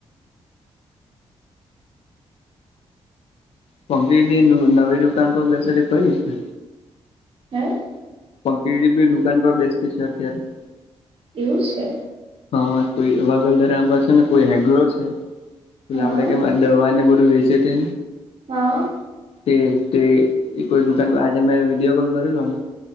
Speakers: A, on the left (about 65°); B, on the right (about 60°).
A: પંક નવી દુકાન પર બેસેટ કઈ છે.
B: હા <inaudible>
A: પંકી દુકાન પર બેસતી છે અત્યારે-
B: એવું છે.
A: હા કોઈ વાગલદાર એમ પાસે ને કોઈ હેગ્ર છે. પ
B: હા
A: આપડે કે દવાને બધું વેચે છે.
B: હા-
A: તે તે કોઈ દુકાન પર આજે મેં વિડીયો કોલ કરેલો ને-